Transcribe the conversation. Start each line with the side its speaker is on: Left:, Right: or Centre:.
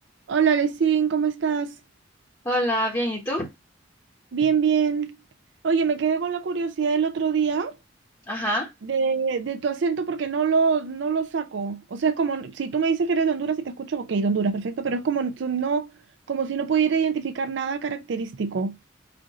Right: Hola, Lesin, ¿cómo estás?
Left: Hola, bien, ¿y tú?
Right: Bien, bien. Oye, me quedé con la curiosidad el otro día
Left: Ajá,
Right: de, de tu acento porque no lo, no lo saco. O sea, es como si tú me dices que eres de Honduras y te escucho, ok, de Honduras, perfecto, pero es como tú no, como si no pudiera identificar nada característico.